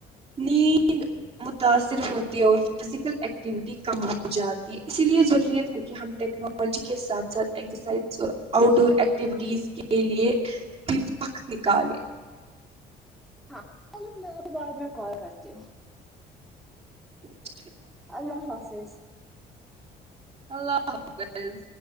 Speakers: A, on the right; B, in the centre.
A: نیند متاثر ہوتی ہے اور فزیکل ایکٹیویٹی کم ہو جاتی اسی لیے ضروریت ہے کہ ہم ٹیکنالوجی کے ساتھ ساتھ ایکسرسائز اور آؤٹ ڈور ایکٹیویٹیز کے لیے بھی وقت نکالیں
B: ہاں میں تو بعد میں کال کرتی ہوں
A: اوکے
B: اللہ حافظ
A: اللہ حافظ